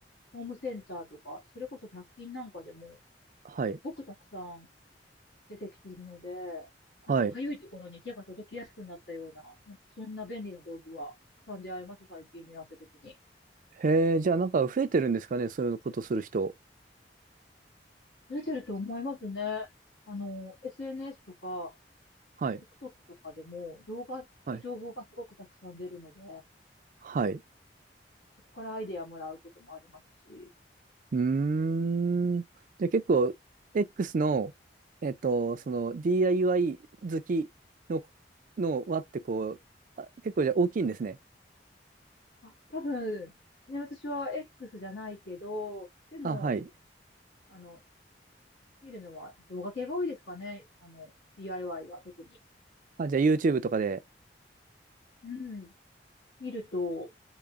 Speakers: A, on the left (about 70°); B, on the right (about 50°).
A: ホームセンターとか、それこそ百均なんかでも、
B: はい。
A: すごくたくさん出てきているので、
B: はい。
A: なんか痒いところに手が届きやすくなったような、なんかそんな便利な道具はたくさん出会います、最近になって特に。
B: へえ、じゃあなんか増えてるんですかね、そういうことする人。
A: 増えてると思いますね。あの、SNS とか、
B: はい。
A: TikTok とかでも動画って情報がすごくたくさん出るので、
B: はい。はい。
A: そこからアイデアもらうこともありますし、
B: うーん。じゃあ結構、X の、えっと、その DIY 好きの、の輪ってこう、あ、結構じゃあ大きいんですね。
A: あ、多分、ね、私は X じゃないけど、でも、
B: あ、はい。
A: あの、見るのは動画系が多いですかね。あの、DIY は特に。
B: あ、じゃあ YouTube とかで。
A: うん。見ると、